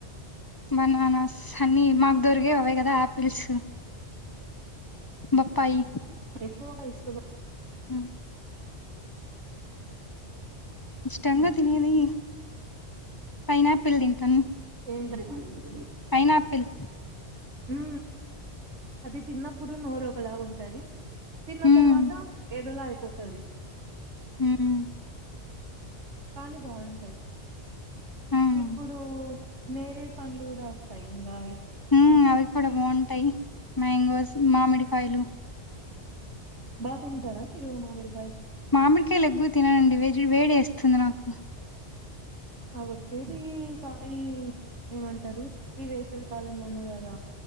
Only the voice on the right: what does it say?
ఎక్కువగా ఇష్ట <unintelligible>
<unintelligible>
ఉ అది తిన్నప్పుడు నోరు ఒకలాగా ఉంటది తిన్న
తర్వాత ఏదోలా అయిపోతది
కానీ బాగుంటాయి
ఇప్పుడు నేరేడు పండ్లు కూడా వస్తాయి ఇంకా
బా తింటారా మీరు మామిడి
ఆ వచ్చేది కా ఈ ఏమంటారు ఈ వేసవి కాలంలోనే కదా